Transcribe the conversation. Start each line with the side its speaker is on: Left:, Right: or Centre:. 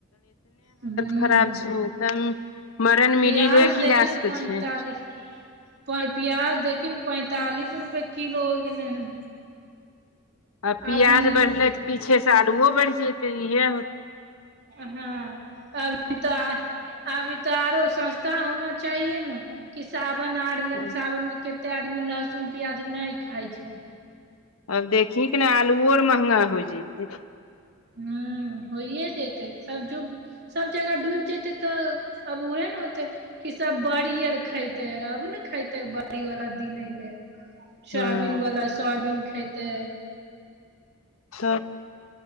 Right: हूॅंउ
Left: खराब छै तब मरन
Right: पियाज
Left: मिडिले क्लास
Right: देखही न
Left: के
Right: पैंतालिस
Left: छै
Right: प- पियाज देखही न पैंतालिस रुपये किलो होइ गेलै हन।
Left: आ पियाज
Right: अभिये
Left: बढ़लै तऽ पीछे से आलुओ बढ़ि जइतै इहेए होे
Right: हँ। तब अभी त - अभी त आरो सस्ता होना चाहिए ने कि सावन आर
Left: तब
Right: ले सावन मे कते आदमी लहसुन प्याज नहि खाई छै।
Left: आब देखहिक ने आलुओ आर महंगा होइ जइतै।
Right: हूॅं होइये जैतै सब जुग सब जगह डूइब जेतै तऽ अब उहे ने होतै कि सब बड़ बड़ी आर खइतेै अबे ने खइते बड़ी बला दिन अइलै। सोयाबीन
Left: हँ
Right: बला सोयाबीन खइतै।
Left: <inaudible>